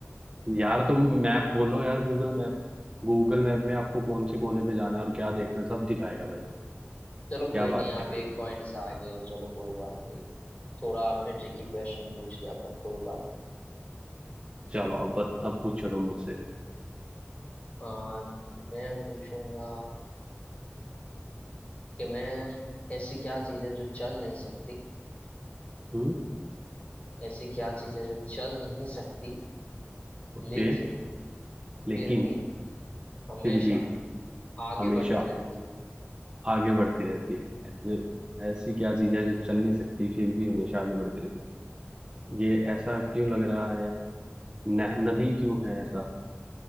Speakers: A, on the right; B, on the left.
A: यार तुम मैप खोलो यार गूगल मैप गूगल मैप में आपको कौन से कोने पे जाना है और क्या देखना है, सब दिखाएगा भाई
B: चलो
A: क्या
B: कोई नहीं
A: बात
B: आप
A: कर रहे
B: एक
A: हैं
B: पॉइंट से आगे हो चलो कोई बात नहीं यार थोड़ा आपने ट्रिकी क्वेश्चन पूछ लिया पर कोई बात नहीं
A: चलो अब बत, अब पूछो तुम मुझसे
B: आ, मैं पूछूंगा कि मैं ऐसी क्या चीज़ है जो चल नहीं सकती
A: हम्म
B: ऐसी क्या चीज़ है जो चल नहीं सकती
A: ओके
B: लेकिन
A: लेकिन
B: फिर भी हमेशा
A: फिर भी
B: आगे
A: हमेशा
B: बढ़ती रहती है
A: आगे बढ़ती रहती है ए- ऐसी क्या चीज है जो चल नहीं सकती फिर भी हमेशा आगे बढ़ती रहती है ये ऐसा क्यों लग रहा है न, नदी क्यों है ऐसा